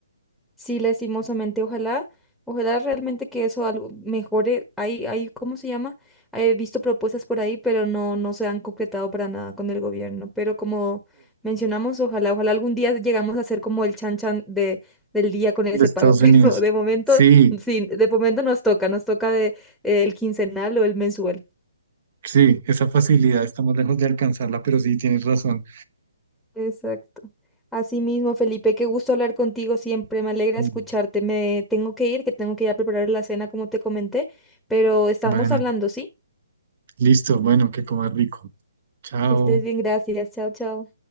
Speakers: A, in the centre; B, on the right.
A: Sí, lastimosamente, ojalá, ojalá realmente que eso algo mejore. Hay, hay, ¿cómo se llama? He visto propuestas por ahí, pero no, no se han concretado para nada con el gobierno. Pero como mencionamos, ojalá, ojalá algún día llegamos a ser como el chan chan de, del día con ese
B: de Estados
A: pago. <laughs> Pero
B: Unidos.
A: de momento,
B: Sí,
A: sí, de momento nos toca, nos toca de, eh, el quincenal o el mensual.
B: sí, esa facilidad estamos lejos de alcanzarla, pero sí, tienes razón.
A: Exacto. Asimismo, Felipe, qué gusto hablar contigo siempre. Me alegra
B: Mm,
A: escucharte. Me tengo que ir, que tengo que ir a preparar la cena, como te comenté, pero estamos
B: Bueno,
A: hablando, ¿sí?
B: listo, bueno, que comas rico. Chao.
A: Que estés bien, gracias. Chao, chao.